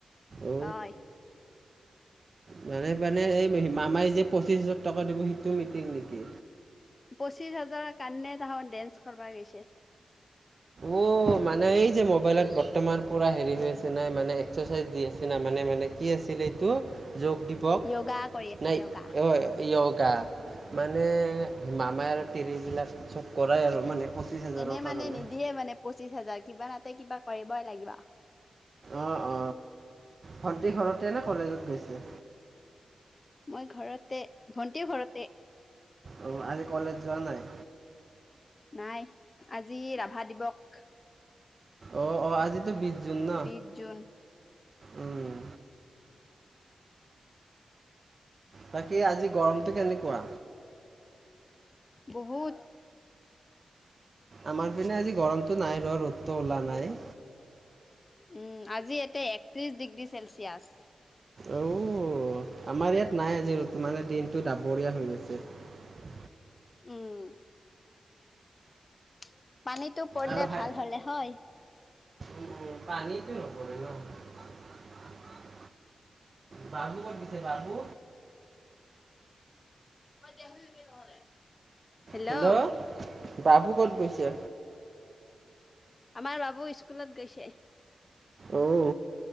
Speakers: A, on the right (about 45°); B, on the left (about 35°).
A: অ।
B: অই,
A: মানে মানে এই মামাই যে পচিশ হাজাৰ টকা দিব সেইটো মিটিং নেকি?
B: পঁচিশ হাজাৰৰ কাৰণে তাহত ডেন্স কৰবা গেছে।
A: অ মানে এই যে মোবাইলত বৰ্তমান পুৰা হেৰি হৈ আছে না মানে এক্সাৰচাইজ দি আছে না। মানে মানে কি আছিলে এইটো? যোগ দিৱস
B: য়োগা কৰি আছে
A: নাই
B: য়োগা।
A: অ য়োগ। কা মানে মামাই আৰু তিৰিবিলাক চব কৰাই আৰু মানে পঁচিছ হাজাৰৰ
B: এনে
A: কাৰণে
B: মানে নিদিয়ে মানে পঁচিশ হাজাৰ কিবা এটা কিবা কৰিবই লাগিব।
A: অ অ ভণ্টি ঘৰতে নে কলেজত গৈছে?
B: মই ঘৰতে ভণ্টিও ঘৰতে।
A: অ আজি কলেজ যোৱা নাই?
B: নাই আজ আজি ৰাভা দিৱস।
A: অ অ আজি বিশ জুন ন,
B: বিশ জুন
A: উম। বাকী আজি গৰমটো কেনেকুৱা?
B: বহুত।
A: আমাৰ পিনে আজি গৰমটো নাই বাৰু ৰ'দটো ওলা নাই।
B: উম আজি এতে একত্ৰিশ ডিগ্ৰী চেলচিয়াছ।
A: অও আমাৰ ইয়াত নাই আজি। মানে দিনটো ডাবৰীয়া হৈছে। হৈছে।
B: উম। <unintelligible> পানীটো পৰলে,
A: আৰু ভাই
B: ভাল হ'লে হয়।
A: উম, <unintelligible> বাবু ক'ত গৈছে বাবু?
B: <unintelligible>
A: হেল্ল'!
B: অ
A: বাবু ক'ত গৈছে?
B: আমাৰ বাবু স্কুলত গৈছে।
A: অও।